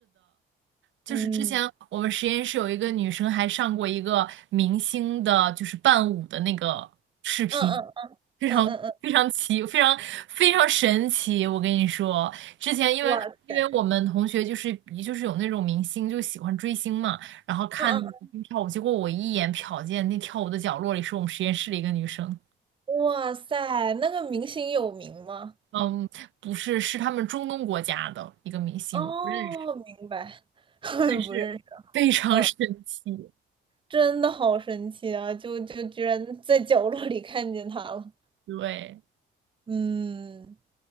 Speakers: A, on the right; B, on the right.
A: 就是之前我们实验室有一个女生还上过一个明星的，
B: 嗯，
A: 就是伴舞的那个视频，
B: 嗯嗯
A: 非常非常奇，
B: 嗯嗯嗯，
A: 非常非常神奇。我跟你说，之前因为因为我们同学就是就是有那种明星就喜欢追星嘛，
B: 我。
A: 然后看那个明星跳舞，
B: 嗯嗯
A: 结果我一眼瞟见那跳舞的角落里是我们实验室的一个女生，
B: 哇塞，那个明星有名吗？
A: 嗯，不是，是他们中东国家的一个明星，
B: 哦，
A: 我不认识，
B: 明白，<laughs>
A: 但是非常神奇，
B: 不认识。嗯，真的好神奇啊！就就居然在角落里看见他了。
A: 对。
B: 嗯，